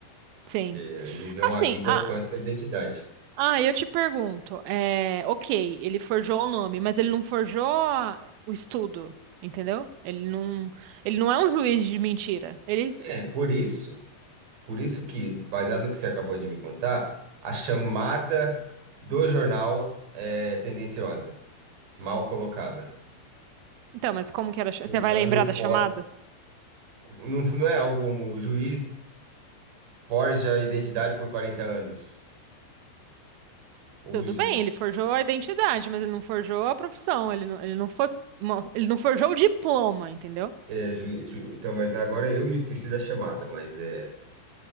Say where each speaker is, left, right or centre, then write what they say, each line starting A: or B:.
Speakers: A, on the right; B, on the right.
A: Sim.
B: que ele viveu
A: Assim,
B: uma vida
A: a,
B: com essa identidade.
A: Ah, eu te pergunto, é, ok, ele forjou o nome, mas ele não forjou a- o estudo, entendeu? Ele não, ele não é um juiz de mentira. Ele,
B: É, por isso, por isso que, baseado no que você acabou de me contar, a chamada do jornal é tendenciosa, mal colocada.
A: então, mas como que era? a cha-
B: Fulano
A: Você vai lembrar
B: for...
A: da chamada?
B: não, não é algo como o juiz forja a identidade por quarenta anos. Use.
A: Tudo bem, ele forjou a identidade, mas ele não forjou a profissão. Ele não, ele não foi, mo- ele não forjou o diploma, entendeu?
B: É, ju, ju- então, mas agora eu me esqueci da chamada, mas é,